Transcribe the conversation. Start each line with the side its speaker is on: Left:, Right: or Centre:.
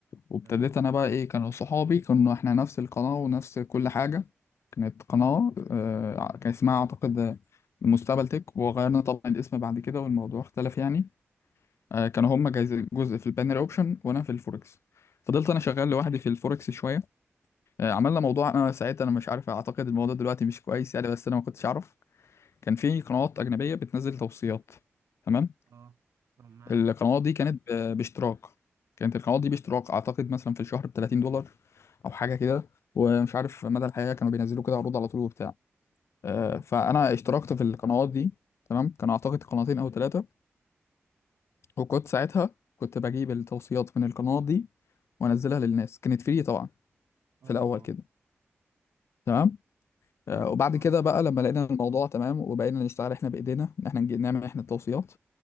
Left: وابتديت
Right: تمام
Left: انا بقى ايه كانوا صحابي كنا احنا نفس القناة ونفس كل حاجة كانت قناة آه، ع- كان اسمها اعتقد المستقبل تك وغيرنا طبعا الاسم بعد كده والموضوع اختلف يعني آه، كانوا هما جايز- جزء في البانر اوبشن وانا في الفوركس فضلت انا شغال لوحدي في الفوركس شوية آه، عملنا موضوع انا ساعتها انا مش عارف اعتقد الموضوع دلوقتي مش كويس يعني بس انا ما كنتش اعرف كان في قنوات أجنبية بتنزل توصيات تمام
Right: اه طب معاك
Left: القنوات دي كانت ب- باشتراك كانت القنوات دي باشتراك أعتقد مثلا في الشهر ب 30 دولار أو حاجة كده ومش عارف مدى الحياة كانوا بينزلوا كده عروض على طول وبتاع آه،
Right: مم.
Left: فأنا اشتركت في القنوات دي تمام كان أعتقد قناتين أو ثلاثة وكنت ساعتها كنت بجيب التوصيات من القنوات دي وأنزلها للناس كانت فري طبعا
Right: اه
Left: في الأول كده تمام آه،
Right: فاهمك
Left: وبعد
Right: اه
Left: كده بقى لما لقينا الموضوع تمام وبقينا نشتغل احنا بإيدينا إن احنا نجي- نعمل احنا التوصيات